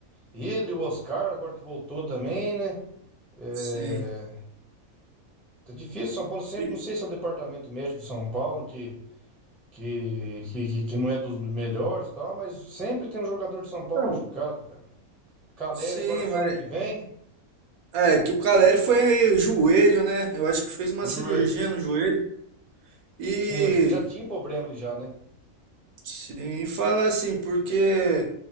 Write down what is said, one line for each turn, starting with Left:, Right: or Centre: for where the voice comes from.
Centre: Ele, o Oscar, agora que voltou também, né? É,
Right: Sim.
Centre: Tá difícil, São Paulo sempre,
Right: E-
Centre: não sei se é o departamento médico de São Paulo que, que, que, que- que não é dos melhores e tal, mas sempre tem um jogador de São Paulo
Right: Não.
Centre: machucado, cara. Caleri
Right: Sim,
Centre: agora é só
Right: mas
Centre: ano que vem,
Right: é que o Caleri foi joelho, né? Eu acho que fez uma
Centre: joelho.
Right: cirurgia no joelho. E
Centre: Sim, acho que ele já tinha problema ali já, né?
Right: sim, e fala assim, porque